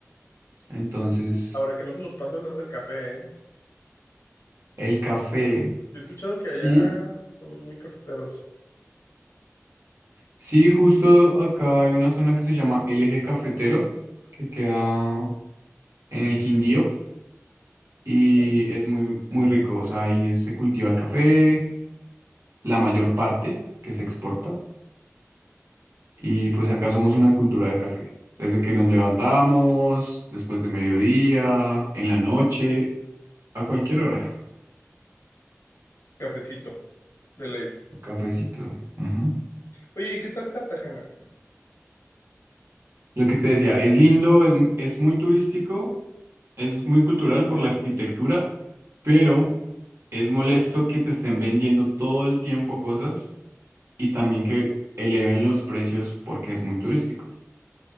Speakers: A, on the right; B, on the left.
A: Entonces,
B: Ahora, que no se nos pase hablar del café, ¿eh?
A: el café,
B: Yo he escuchado que
A: sí,
B: allá son muy cafeteros.
A: sí, justo acá hay una zona que se llama el Eje Cafetero, que queda en el Quindío y
B: Ujú.
A: es muy, muy rico. O sea, ahí es- se cultiva el café, la mayor parte que se exporta. Y pues acá somos una cultura de café. Desde que nos levantamos, después de mediodía, en la noche, a cualquier hora,
B: Cafecito, de ley.
A: un cafecito. Ujú.
B: Oye, ¿y qué tal Cartagena?
A: Lo que te decía, es lindo, es, mu- es muy turístico, es muy cultural por la arquitectura, pero es molesto que te estén vendiendo todo el tiempo cosas y también que eleven los precios porque es muy turístico.